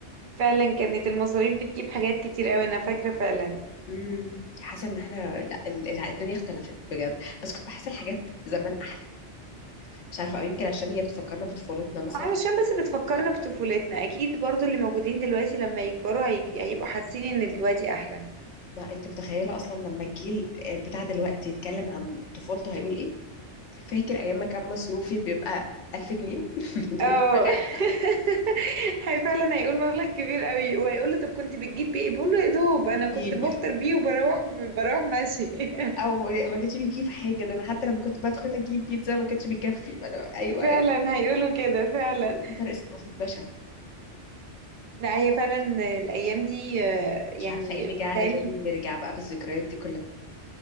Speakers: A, on the right (about 55°); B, on the left (about 80°).
A: فعلا كانت المصاريف بتجيب حاجات كتير قوي انا فاكرة فعلا
B: امم حاسه ان احنا لا ال- ال- الدنيا اختلفت بجد بس كنت بحس الحاجات زمان احلى مش عارفه او يمكن عشان هي بتفكرنا بطفولتنا مثلا
A: علشان بس بتفكرنا
B: اه
A: بطفولتنا اكيد برضو اللي موجودين دلوقتي لما يكبروا هيج- هيبقوا حاسين ان دلوقتي احلى
B: ما انت متخيله اصلا لما الجيل آه، بتاع دلوقتي يتكلم عن طفولته هيقول ايه فاكر ايام ما كان مصروفي بيبقى 1000 جنيه <laughs> ده
A: اه
B: تخيل
A: <laughs> هي فعلا هيقول مبلغ كبير قوي وهيقول له طب كنت بتجيب بيه إيه؟ بيقول له يا دوب انا
B: بيجيب
A: كنت بفطر بيه وبروح بروح ماشي <laughs>
B: او ما كانش بيجيب حاجه ده انا حتى لما كنت بدخل اجيب بيتزا ما كانش بيكفي فانا ايوه
A: فعلا هيقولوا كده فعلا
B: في فرق ثقافه بشع
A: لا هي فعلا الايام دي آه، يعني
B: مش عارفه ايه اللي جه على
A: بتالي
B: بالي نرجع بقى بالذكريات دي